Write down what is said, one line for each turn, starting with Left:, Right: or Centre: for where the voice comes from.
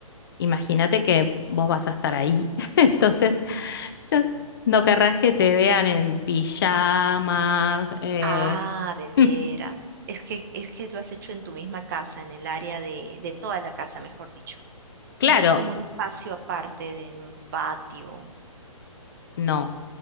Left: imagínate que vos vas a estar ahí. <laughs> Entonces,
Right: Sí.
Left: no, no querrás que te vean en pijamas. eh,
Right: Ah, de
Left: <laughs>
Right: veras. Es que, es que lo has hecho en tu misma casa, en el área de, de toda la casa, mejor dicho.
Left: Claro,
Right: No es como un espacio aparte de en un patio.
Left: no.